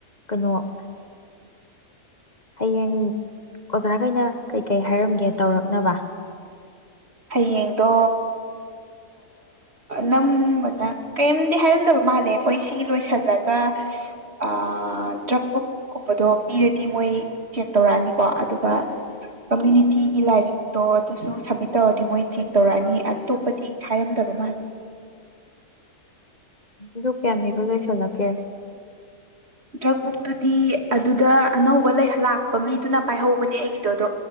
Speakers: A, on the left (about 30°); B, on the right (about 50°).
A: ꯀꯩꯅꯣ ꯍꯌꯦꯡ ꯑꯣꯖꯥꯈꯩꯅ ꯀꯩꯀꯩ ꯍꯥꯏꯔꯝꯒꯦ ꯇꯧꯔꯛꯅꯕ
B: ꯍꯌꯦꯡꯗꯣ ꯅꯝꯕꯅ ꯀꯔꯤꯝꯗꯤ ꯍꯥꯏꯔꯝꯗꯕ ꯃꯥꯜꯂꯦ ꯑꯩꯈꯣꯏ ꯁꯤ ꯂꯣꯏꯁꯤꯜꯂꯒ ꯑ ꯇ꯭ꯔꯛꯄ ꯀꯨꯝꯕꯗꯣ ꯄꯤꯔꯗꯤ ꯃꯣꯏ ꯆꯦꯛ ꯇꯧꯔꯛꯑꯅꯤꯀꯣ ꯑꯗꯨꯒ ꯀꯝꯃ꯭ꯌꯨꯅꯤꯇꯤꯒꯤ ꯂꯥꯏꯔꯤꯛꯇꯣ ꯑꯗꯨꯁꯨ ꯁꯥ ꯇꯧꯔꯗꯤ ꯃꯣꯏ ꯆꯦꯛ ꯇꯧꯔꯛꯑꯅꯤ ꯑꯇꯣꯞꯄꯗꯤ ꯍꯥꯏꯔꯝꯗꯕ ꯃꯥꯜꯂꯦ
A: ꯇ ꯀꯦ ꯑꯃꯕ ꯂ ꯆꯣꯂꯒꯦ
B: ꯗ꯭ꯔꯛ ꯕꯨꯛꯇꯨꯗꯤ ꯑꯗꯨꯗ ꯑꯅꯧꯕ ꯂꯥꯛꯄ ꯃꯤꯗꯨꯅ ꯄꯥꯏꯍꯧꯕꯅꯦ ꯑꯩꯒꯤꯗꯣ ꯑꯗꯣ